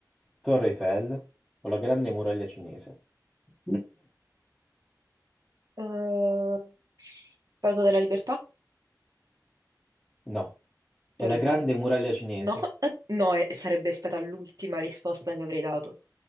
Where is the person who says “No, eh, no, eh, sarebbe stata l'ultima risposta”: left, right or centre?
Right